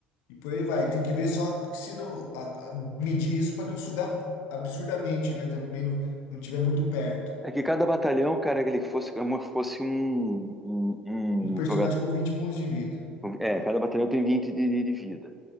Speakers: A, on the left (about 60°); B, in the centre.
A: E por aí vai. Tem que ver só se não a- a- medir isso para não sugar absurdamente, né? Também não, não tiver muito perto.
B: É que cada batalhão, cara, ele fosse como se fosse um, um,
A: Um
B: um
A: personagem
B: jogador.
A: com 20 pontos de vida.
B: É, cada batalhão tem 20 de, de- de vida.